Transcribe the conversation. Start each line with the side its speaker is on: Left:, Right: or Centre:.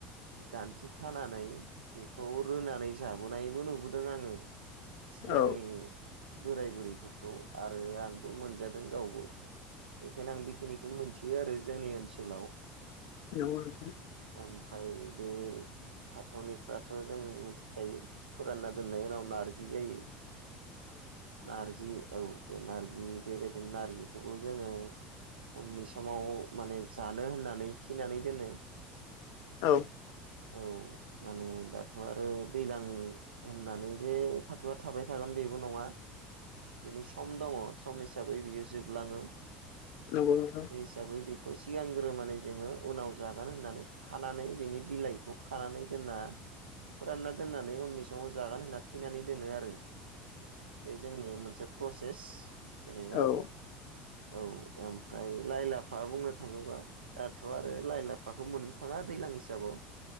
Right: गान्थि खानानै बेखौ रोनानै जाबोनायबो नुबोदों आङो सिगांनि
Left: औ
Right: बोराय बुरैफोरखौ आरो आंबो मोनजादों गावबो बेखायनो आं बेखिनिखौ मोनथियो आरो जोंनि ओनसोलाव
Left: न <unintelligible>
Right: ओमफ्राय बे भाथौनिफ्राथ' जों मिथिखायो फुराना दोननायनि उनाव नारजि जायो नारजि औ बे नारजि बेबायदिनो नारजिखौबो जोङो उननि समाव माने जानो होननानै थिनानै दोनो
Left: औ
Right: औ माने दाथ' आरो दैज्लां होननानै जे फाथो थाबाय थागोन बेबो नङा बिनि सम दङ सम हिसाबै बियो जोबलाङो
Left: नंगौ नोंथां
Right: बे हिसाबै बेखौ सिगांग्रो माने जोङो उनाव जागोन होननानै खानानै बिनि बिलाइखौ खानानै दोनना फोरानना दोननानै उननि समाव जागोन होनना थिनानै दोनो आरो बे जोंनि मोनसे प्रसेस जेनेबा
Left: औ
Right: औ ओमफ्राय लाइ लाफा बुंनो थाङोबा दाथ' आरो लाइ लाफाखौ मोननो थाङा दैज्लां हिसाबाव